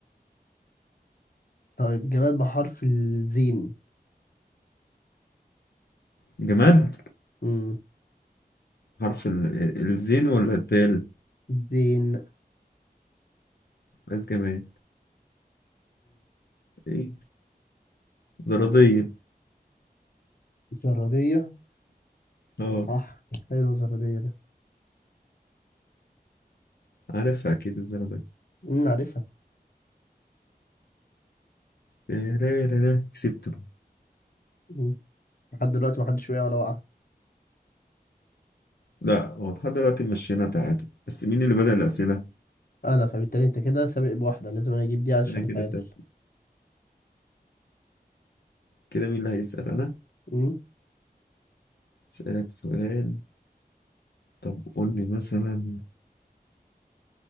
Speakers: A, on the left (about 60°); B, on the left (about 90°).
A: طيب جماد بحرف الزين
B: جماد
A: مم.
B: حرف ال- الزين ولا الدال
A: زين
B: عايز جماد إيه زرادية
A: زرادية
B: اه
A: صح حلو زرادية ده
B: عارفها اكيد الزرع ده
A: أمم، عارفها
B: تيريريري، كسبته
A: أمم، لحد دلوقتي محدش وقع ولا وقع
B: لا هو لحد دلوقتي مشينا تعادل بس مين اللي بدأ الأسئلة
A: أنا فبالتالي أنت كده سابق بواحدة لازم أنا أجيب دي علشان
B: انا كده
A: أتعادل
B: سابق كده مين اللي هيسأل انا
A: أمم،
B: اسألك سؤال طب قول لي مثلا